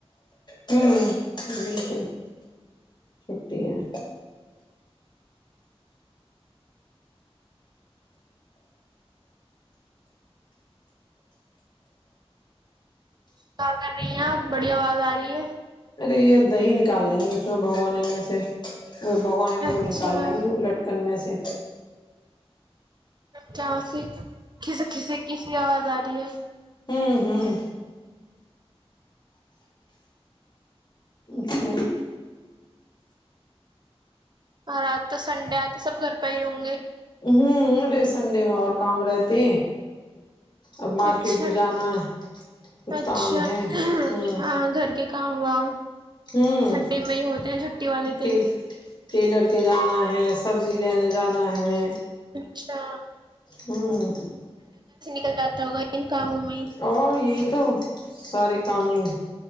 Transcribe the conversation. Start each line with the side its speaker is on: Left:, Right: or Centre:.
Left: ہوں بالکل چھٹی ہے
Right: کیا کر رہی ہیں آپ بڑی آواز آ رہی ہے
Left: ارے یہ دہی نکال رہیں ہیں اس میں بھگونے میں سے بھگوانی میں
Right: اچھا
Left: کول نکال رہی ہوں لٹکن میں سے
Right: کیا اسے کھس کھسی کسیی آواز آ رہی ہے
Left: ہوں ہوں اس میں
Right: اور آات تو سنڈے آتے سب گھر پہ ہی ہوں گے
Left: ہوں ارے سنڈے میں اور کام رہتے اب مارکیٹ
Right: اچھا
Left: بھی جانا ہے کچھ
Right: اچھا
Left: کام ہے ہوں
Right: ہاں گھر کے کام ہوا
Left: ہوں
Right: سنڈے مئی ہوتے ہیں چھٹی والے دن
Left: ٹیل ٹیلر کے جانا ہے سبزی لینے جانا ہے
Right: اچھا
Left: ہوں
Right: ل جاتا ہوگا کاموں میں ہی
Left: او یہی تو سارے کام وہ